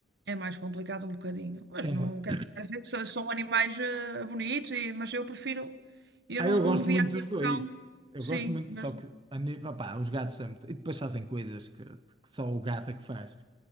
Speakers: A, on the right; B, on the right.
A: É mais complicado um bocadinho, mas
B: É
A: não
B: uma-
A: quer dizer que são, são animais eh, bonitos, e, mas eu prefiro, eu
B: Ah,
A: não,
B: eu
A: não
B: gosto
A: me via
B: muito
A: a ter
B: dos dois.
A: um cão,
B: Eu
A: sim,
B: gosto muito,
A: mas,
B: só que a nível, pá, os gatos sempre. E depois fazem coisas que, que só o gato é que faz.